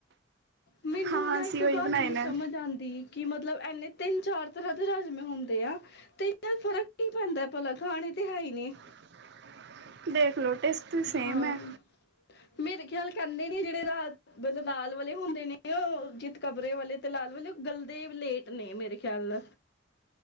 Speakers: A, on the left (about 60°); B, on the right (about 60°).
A: ਮੈਨੂੰ
B: ਹਾਂ
A: ਨਾ
B: ਅਸੀਂ
A: ਇੱਕ
B: ਉਹੀ
A: ਗੱਲ
B: ਬਣਾਏ
A: ਨੀ
B: ਨੇ
A: ਸਮਝ ਆਂਦੀ ਕਿ ਮਤਲਬ ਇਨੇ ਤਿੰਨ ਚਾਰ ਤਰ੍ਹਾਂ ਦੇ ਰਾਜਮੇ ਹੁੰਦੇ ਆ, ਤੇ ਫਰਕ ਕੀ ਪੈਂਦਾ ਭਲਾ ਖਾਣੇ ਤੇ ਹੈ ਹੀ ਨੇ।
B: <inaudible> ਦੇਖ ਲੋ ਟੇਸਟ ਸੇਮ
A: ਹਾਂ
B: ਐ।
A: ਮੇਰੇ ਖਿਆਲ ਕਹਿੰਦੇ ਨੇ ਜਿਹੜੇ ਲਾ ਲਾਲ ਵਾਲੇ ਹੁੰਦੇ ਨੇ, ਉਹ ਚਿਤ ਕਬਰੇ ਵਾਲੇ ਤੇ ਲਾਲ ਮਤਲਬ ਗਲਦੇ ਲੇਟ ਨੇ ਮੇਰੇ ਖਿਆਲ